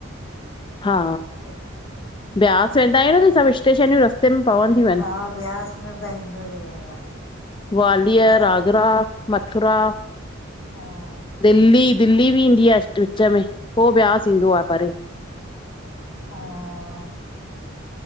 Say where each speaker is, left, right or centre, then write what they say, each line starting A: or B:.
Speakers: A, on the left; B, on the left.
A: हा,
B: अच्छा अच्छा अच्छा
A: ब्यास वेंदायूं न त सभ स्टेशनूं रस्त सिम पवंदयूं एन
B: हा ब्यास में त ईंदो ई आहे
A: ग्वालियर,
B: असां
A: आगरा। आगरा, मथुरा।
B: हा
A: दिल्ली दिल्ली बि ईंदी आ, स्ट् विच में, पो ब्यास ईंदो आ, परे
B: हा